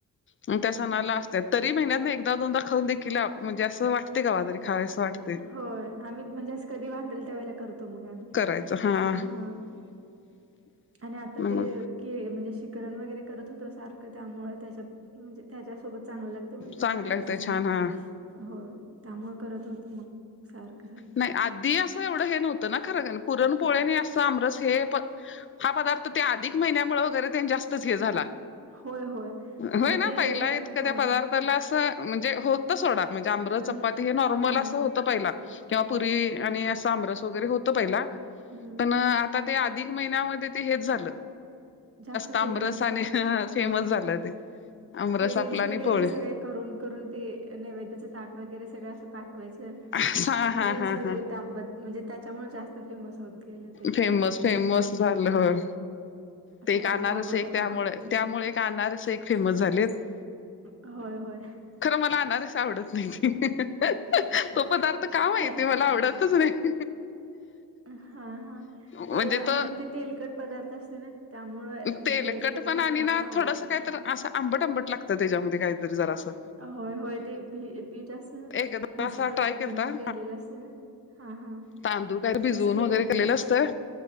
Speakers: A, on the left; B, on the right.
A: ह म त्या सणाला असत्यात. तरी महिन्यात एकदा दोनदा खाऊन देखील म्हणजे असं वाटतय कवा तरी खावसं वाटतय.
B: होय. आम्ही म्हणजे असं कधी वाटेल त्या वेळेला करतो मग आम्ही
A: करायचं
B: घरात अस काही,
A: हा
B: हां.
A: <inaudible>
B: आणि आता
A: मग
B: ते- केळी म्हणजे शिकरण वगैरे करत होत्या सारखं त्यामुळे त्याच्या म्हणजे त्याच्यासोबत- चांगलं लागतय म्हणताना
A: चांगलं
B: करणार
A: लागतंय छान
B: <unintelligible>
A: हा.
B: होय. त्यामुळे करत होतो. मग सारखं सारखं.
A: नाही. आद्धी असं एवढं हे नव्हतं ना खरं का? पुरणपोळी नी असं आमरस हे प- हा पदार्थ ते अधिक महिन्यामुळे वगैरे तेन जास्तच हे झाला.
B: होय होय म्हणजे
A: होय ना?
B: ते
A: पहिला इतका
B: हा
A: त्यो पदार्थ- अस म्हणजे होत सोडा. म्हणजे आमरस
B: पण
A: चपाती हे नॉर्मल
B: हा
A: असं होतं पहिला. किंवा पुरी आणि अस आमरस वगैरे होत पहिला.
B: हम्म
A: पण आ - -ता ते अधिक महिन्यामध्ये ते हेच झालं.
B: जास्त
A: आमरसाने
B: फेमस झाले.
A: फेमस
B: हो.
A: झालं ते आमरस
B: ते रील्स
A: आपला आणि
B: वगैरे
A: पोळी
B: सगळे- करून करून ते नैवेद्याच ताट वगैरे सगळं असं पाठवायच -
A: हा हा
B: अ रील्स
A: हा
B: वगैरे
A: हा
B: त्याबद् म्हणजे त्याच्यामुळे जास्त फेमस होत गेल.
A: फेमस फेमस झालं होय. ते
B: सगळ्यांना
A: एक आनारस
B: आवडता
A: एक त्यामुळे,
B: पदार्थ झालाय
A: त्यामुळे
B: तो.
A: एक अनारसे एक फेमस झालेत.
B: होय. होय.
A: खरं मला आनारसे आवडत नाहीत. तो पदार्थ का माहिती
B: त्याला
A: मला आवडतच नाही.
B: हां. हा.
A: म्हणजे
B: त्याला
A: त,
B: ते तेलकट पदार्थ असते ना त्यामुळे म्हणजे
A: तेलकटपणा
B: तेलकट एकेकांना
A: आणि
B: जास्त
A: ना
B: आवडत
A: थोडस
B: नाही
A: काय
B: त्यामुळे
A: तर- अस आंबट आंबट लागतं त्याच्यामध्ये काहीतरी जरासं.
B: होय होय. ते भी पीठ अस ना,
A: एकदा
B: भिजवन
A: असा ट्राय केलता
B: म्हणजे केलेलें असतय ना? हा हा.
A: तांदूळ काय भिजवून
B: कसं केलेला
A: वगैरे केलेलं
B: तुम्ही
A: अस
B: मग?
A: - -त.